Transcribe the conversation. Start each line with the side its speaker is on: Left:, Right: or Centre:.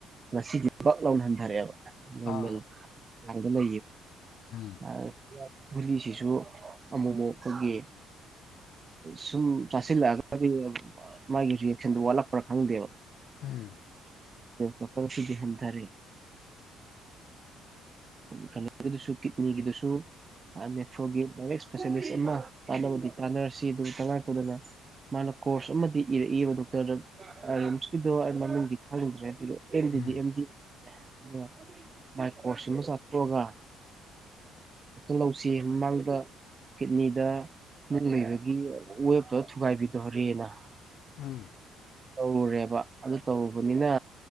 Right: ꯉꯁꯤꯗꯤ ꯄꯛ ꯂꯥꯎꯅ ꯍꯟꯊꯔꯛꯑꯦꯕ ꯜ ꯑ
Left: ꯑꯥ
Right: ꯑꯗꯨ ꯅ
Left: ꯎꯝ
Right: ꯑ <unintelligible> <inaudible> ꯒꯨꯂꯤꯁꯤꯁꯨ ꯑꯃꯨꯛꯨꯛ ꯑꯩꯈꯣꯏꯒꯤ ꯁꯨꯝ ꯆꯥꯁꯤꯜꯂꯛꯑꯒꯗꯤ ꯃꯥꯒꯤ ꯔꯤꯌꯦꯁꯟꯗꯨ ꯋꯥꯠꯂꯛꯄ꯭ꯔꯥ ꯈꯪꯗꯦꯕ
Left: ꯎꯝ
Right: ꯁꯀ ꯐꯗꯤ ꯍꯟꯇꯥꯔꯦ ꯀꯩꯅꯣꯒꯤꯗꯨꯁꯨ ꯀꯤꯠꯅꯤꯒꯤꯗꯨꯁꯨ ꯅꯦꯐ꯭ꯔꯣꯒꯤ ꯂꯥꯏꯔꯤꯛ ꯏꯁꯄꯦꯁꯦꯂꯤꯁ ꯑꯃ ꯇꯥꯟꯅꯕꯗꯤ ꯇꯥꯟꯅꯔꯁꯤ ꯑꯗꯨ ꯇꯉꯥꯏ ꯐꯗꯅ ꯃꯥꯅ ꯀꯣꯔꯁ ꯑꯃꯗꯤ ꯏꯔꯛꯏꯕ ꯗꯣꯛꯇꯔ ꯔꯤꯝꯁꯀꯤꯗꯣ ꯑꯩ ꯃꯃꯤꯡꯗꯤ ꯈꯪꯅꯤꯡꯗ꯭ꯔꯦ ꯑꯗꯨ ꯑꯦꯝꯗꯤꯗꯤ
Left: ꯎꯝ
Right: ꯑꯦꯝꯗꯤ ꯑ ꯃꯥꯏ ꯀꯣꯔꯣꯁ ꯑꯃ ꯆꯠꯇꯣꯛꯑꯒ ꯂꯧꯁꯤ ꯃꯃꯥꯡꯗ ꯀꯤꯠꯅꯤꯗ ꯅꯨꯡ ꯂꯩꯕꯒꯤ ꯋꯦꯞꯇꯣ ꯊꯨꯒꯥꯏꯕꯤꯗꯧꯣꯔꯦꯅ
Left: ꯑꯥ <inaudible> <inaudible>
Right: ꯇꯧꯔꯨꯔꯦꯕ ꯑꯗꯨ ꯇꯧꯔꯨꯕꯅꯤꯅ